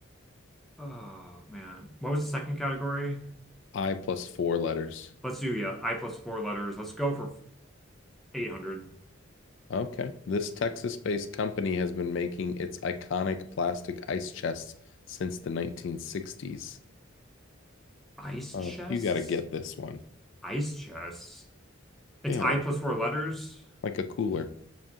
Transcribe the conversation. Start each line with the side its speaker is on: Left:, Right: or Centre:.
Centre: Oh man. What was the second category?
Left: I plus four letters.
Centre: Let's do yeah, I plus four letters. Let's go for 800.
Left: Okay. This Texas-based company has been making its iconic plastic ice chests since the 1960s.
Centre: Ice
Left: Oh,
Centre: chests?
Left: you got to get this one.
Centre: Ice chests. It's
Left: Yeah,
Centre: I
Left: like
Centre: plus four letters.
Left: like a cooler.